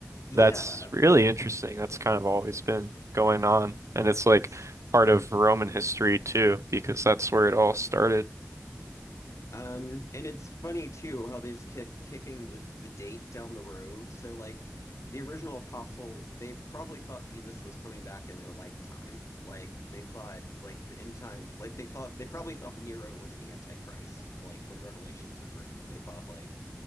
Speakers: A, on the left; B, on the right.
A: Yeah,
B: That's really interesting. That's kind of always been going on. And it's like
A: it's
B: part of Roman history too, because that's where it all started.
A: Um, and it's funny too how they just kick kicking the the date down the road. So like the original apostles, they probably thought Jesus was coming back in their lifetime. Like they thought like the end time, like they thought they probably thought Nero was the Antichrist. Like when Revelations was written, they thought like